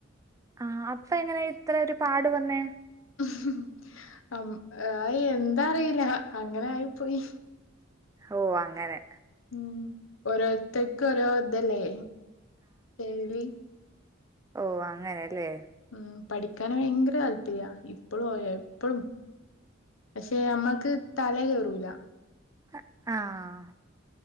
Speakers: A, on the right; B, on the left.
A: ആ അപ്പൊ എങ്ങനെ ഇത്ര ഒരു പാട് വന്നേ
B: ഉ ഹ് എന്താ അറില്ല അങ്ങനെ ആയി പോയി
A: ഓ അങ്ങനെ
B: ഉം ഓരോത്തക്ക് ഓരോ ഇതല്ലേ ൽവി
A: ഓഹോ അങ്ങനെല്ലേ
B: ഉം പഠിക്കാന് ഭയങ്കര താല്പര്യ ഇപ്പഴും എപ്പഴും പക്ഷെ നമ്മക്ക് തല കേറൂല
A: അ ആഹ്